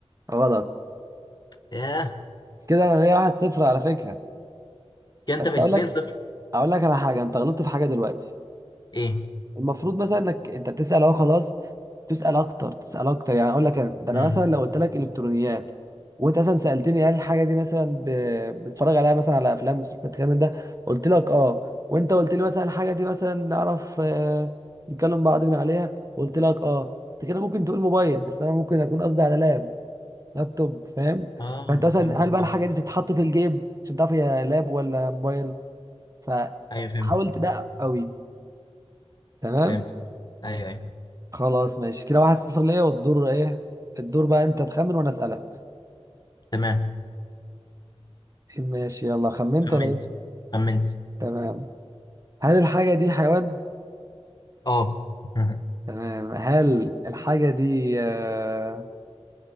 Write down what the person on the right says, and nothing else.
غلط
كده انا ليا واحد صفر على فكره
بس
اقول لك
اقول لك على حاجه انت غلطت في حاجه دلوقتي
المفروض مثلا انك انت بتسال اهو خلاص تسال اكتر تسال اكتر يعني اقول لك أنا- ده
انا مثلا لو قلت لك الكترونيات وانت مثلا سالتني هل الحاجه دي مثلا ب... بتتفرج عليها مثلا على افلام مسلسلات الكلام من ده قلت لك اه وانت قلت لي مثلا الحاجه دي مثلا نعرف آه، نتكلم بعض من عليها قلت لك اه انت كده ممكن تقول موبايل بس انا ممكن اكون قصدي على لاب لابتوب فاهم
فانت مثلا
هل بقى
الحاجه دي بتتحط في الجيب عشان تعرف هي لاب ولا موبايل ف
حاول تدقق قوي تمام
خلاص ماشي كده واحد صفر ليا والدور ايه الدور بقى انت تخمن وانا اسالك
ماشي يلا خمنت
ولا لسه
تمام هل الحاجه دي حيوان
تمام هل الحاجه دي آه،